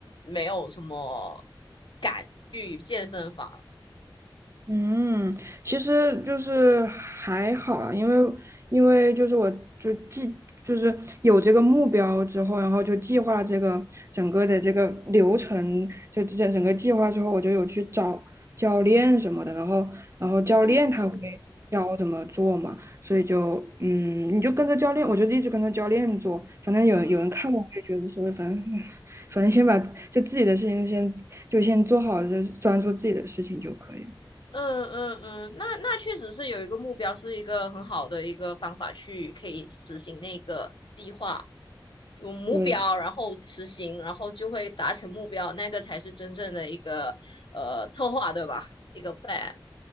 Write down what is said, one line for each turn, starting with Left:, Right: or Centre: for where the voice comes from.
Left: 没有什么敢去健身房。
Right: 嗯，其实就是还好啊，因为因为就是我就计就是有这个目标之后，然后就计划这个整个的这个流程，就之前整个计划之后，我就有去找教练什么的，然后然后教练他会
Left: 还有教练，
Right: 教我怎么做嘛，所以就嗯，你就跟着教练，我就一直跟着教练做，反正有有人看我，
Left: 嗯。
Right: 我也觉得无所谓，反正 <laughs> 反正先把就自己的事情先就先做好，就是专注自己的事情就可以了。
Left: 嗯嗯嗯，那那确实是有一个目标，是一个很好的一个方法去可以实行那个计划，就目标，
Right: 对的，
Left: 然后实行，然后就会达成目标，那个才是真正的一个呃策划，对吧？一个 plan，